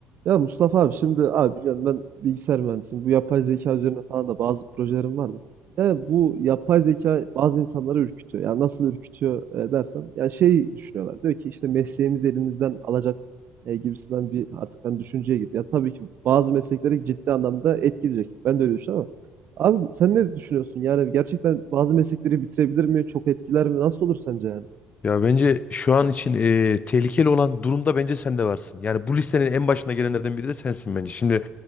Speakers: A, on the right; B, on the left.
A: Ya Mustafa abi şimdi abi biliyorsun ben bilgisayar mühendisiyim. Bu yapay zeka üzerine falan da bazı projelerim vardı. Yani bu yapay zeka bazı insanları ürkütüyor. Yani nasıl ürkütüyor e, dersen ya şey düşünüyorlar. Diyor ki işte mesleğimizi elimizden alacak e, gibisinden bir artık hani düşünceye girdi. Ya tabii ki bazı meslekleri ciddi anlamda etkileyecek. Ben de öyle düşünüyorum ama abi sen ne düşünüyorsun? Yani gerçekten bazı meslekleri bitirebilir mi? Çok etkiler mi? Nasıl olur sence yani?
B: Ya bence şu an için e, tehlikeli olan durumda bence sen de varsın. Yani bu listenin en başına gelenlerden biri de sensin bence. Şimdi